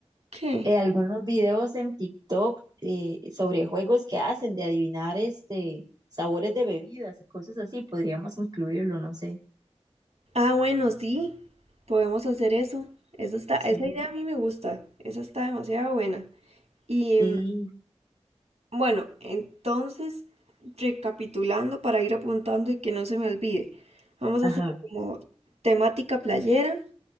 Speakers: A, on the right; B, on the right.
A: ¿Qué?
B: eh, algunos videos en TikTok eh, sobre juegos que hacen de adivinar este sabores de bebidas y cosas así. Podríamos incluirlo, no sé.
A: Ah, bueno, sí, podemos hacer eso. Eso está,
B: Sí,
A: esa idea a mí me gusta. Esa está demasiado buena. Y,
B: sí,
A: mm, Bueno, entonces, recapitulando para ir apuntando y que no se me olvide, vamos
B: ajá,
A: a hacer como temática playera,